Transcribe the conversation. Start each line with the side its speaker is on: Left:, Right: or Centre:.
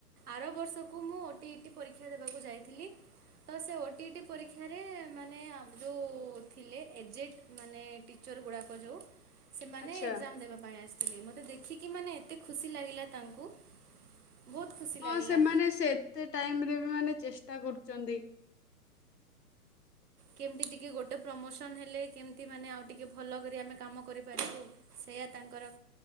Right: ଆର ବର୍ଷକୁ ମୁଁ ଓ ଟି ଇ ଟି ପରୀକ୍ଷା ଦେବାକୁ ଯାଇଥିଲି। ତ ସେ ଓ ଟିଇ ଟି ପରୀକ୍ଷାରେ ମାନେ ଯଉ ଥିଲେ ଏଜେଟ୍ ମାନେ ଟିଚର୍ ଗୁଡ଼ାକ ଯଉ ସେମାନେ
Left: ଆଚ୍ଛା
Right: ଏକ୍ଜାମ୍ ଦେବା ପାଇଁ ଆସିଥିଲେ ମୋତେ ଦେଖିକି ମାନେ ଏତେ ଖୁସି ଲାଗିଲା ତାଙ୍କୁ ବହୁତ ଖୁସି
Left: ହଁ
Right: ଲାଗିଲା
Left: ସେମାନେ ସେ ଏତେ ଟାଇମ୍ ରେ ବି ମାନେ ଚେଷ୍ଟା କରୁଚନ୍ତି। <inaudible>
Right: କେମତି ଟିକେ ଗୋଟେ ପ୍ରମୋସନ୍ ହେଲେ କେମତି ମାନେ ଆଉ ଟିକେ ଭଲ କରି ଆମେ କାମ କରିପାରିବୁ। ସେଇଆ ତାଙ୍କର